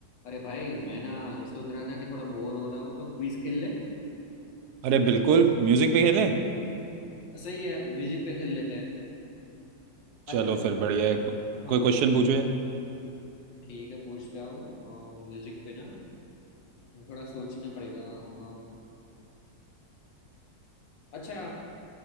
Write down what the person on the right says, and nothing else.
अरे बिल्कुल म्यूजिक पे खेलें
चलो फिर बढ़िया है को,
कोई क्वेश्चन पूछो यार